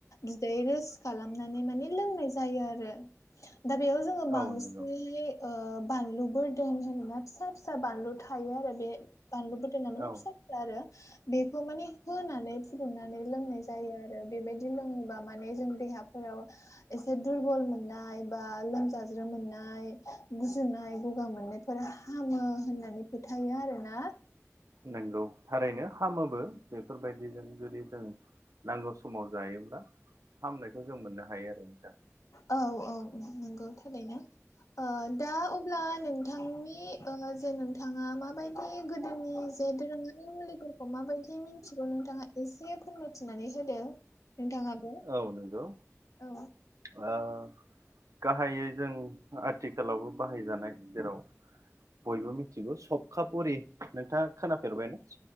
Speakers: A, on the left; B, on the right.
A: बिदै रोस खालामनानै माने लोंनाय जायो आरो। दा बेयाव जोङो बांसिनैहाय
B: औ नंगौ
A: ओ बानलुबो दोन होनोना फिसा फिसा बानलु थायो आरो बे बानलु गोदना माने
B: औ
A: फिसा फिसा आरो बेखौ माने होनानै फुदुंनानै लोंनाय जायो आरो बेबायदि लोङोबा माने जों देहा फोराव एसे दुरबल मोननाय बा लोमजाज्रोम मोननाय गुजुनाय गगा मोननायफोरा हामो होननानै फोथायो आर ना
B: नंगौ थारैनो हामोबो बेफोरबायदिजों जुदि जों नांगौ समाव जायोब्ला हामनायखौ जों मोननो हायो आरो नोंथां
A: औ औ नंगौ थारैनो ओ दा अब्ला नोंथांनि ओ जे नोंथां नोंथाङा माबायदि गोदोनि जे दोरोङारि मुलिफोरखौ माबायदि मिथिगौ नोंथाङा एसे फोरमायथिनानै होदो नोंथाङाबो
B: औ नंगौ
A: औ
B: ओ गाहायै जों आथिखालावबो बाहायजानाय जों जेराव बयबो मिथिगौ सपखापुरि नोंथाङा खोनाफेरबायना?